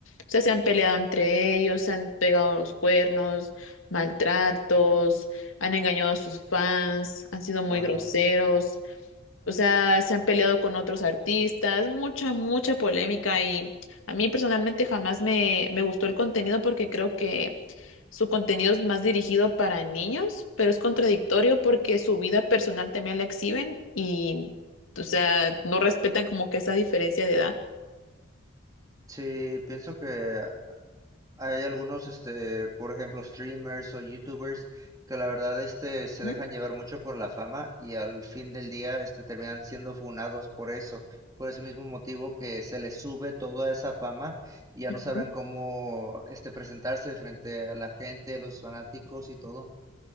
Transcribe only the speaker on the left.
sea, se han peleado entre ellos, se han pegado los cuernos, maltratos, han engañado a sus fans, han sido
muy groseros. O sea, se han peleado con otros artistas, mucha, mucha polémica y a mí personalmente jamás me, me gustó el contenido porque creo que su contenido es más dirigido para niños, pero es contradictorio porque su vida personal también la exhiben y, o sea, no respetan como que esa diferencia de edad.
Ujú,
ujú.